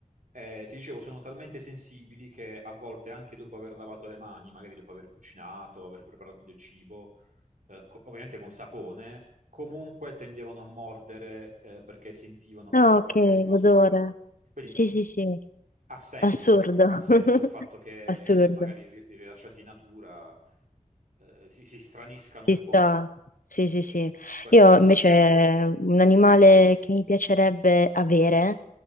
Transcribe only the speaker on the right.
Eh, ti dicevo, sono talmente sensibili che a volte anche dopo aver lavato le mani, magari dopo aver cucinato, aver preparato del cibo, eh, co- ovviamente con sapone, comunque tendevano a mordere, eh, perché sentivano magari
qualche rimasuglio.
Quindi
mh,
ha senso,
ha senso
il fatto che
magari ri- rilasciati in natura, eh, si, si straniscano
un
po'.
Questo,
questo
sì.